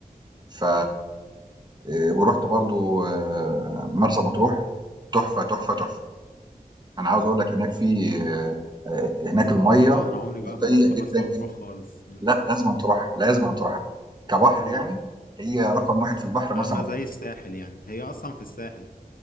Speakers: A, on the right; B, on the left.
A: ف إيه، ورحت برضو آه، مرسى مطروح تحفه تحفه تحفه انا عاوز اقول لك هناك في آه، آه، هناك الميه
B: اه انا عمري بقى
A: نقيه
B: ما روحت مرسى
A: جدا
B: مطروح خالص
A: لأ، لازمًا تروحها، لازمًا تروحها. كبحر
B: مم.
A: يعني، هي رقم 1 في البحر
B: عاملة
A: مرسى مطروح،
B: زي الساحل يعني هي اصلا في الساحل